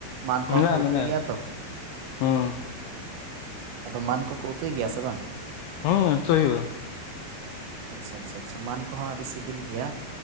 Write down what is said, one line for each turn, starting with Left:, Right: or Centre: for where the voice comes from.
Right: ᱢᱟᱱ ᱠᱚᱦᱚᱸ
Left: ᱢᱮᱱᱟᱜᱼᱟ
Right: ᱠᱚ ᱩᱛᱩᱭ
Left: ᱢᱮᱱᱟᱜᱼᱟ
Right: ᱜᱮᱭᱟ ᱛᱚ?
Left: ᱦᱮᱸ
Right: ᱟᱫᱚ ᱢᱟᱱ ᱠᱚᱠᱚ ᱩᱛᱩᱭ ᱜᱮᱭᱟ ᱥᱮ ᱵᱟᱝ?
Left: ᱦᱚᱸ ᱩᱛᱩ ᱦᱩᱭᱩᱜᱼᱟ
Right: ᱟᱪᱪᱷᱟ ᱼ ᱟᱪᱪᱷᱟᱻᱪᱷᱟ ᱢᱟᱱ ᱠᱚᱦᱚᱸ ᱟᱹᱰᱤ ᱥᱤᱵᱤᱞ ᱜᱮᱭᱟ ᱾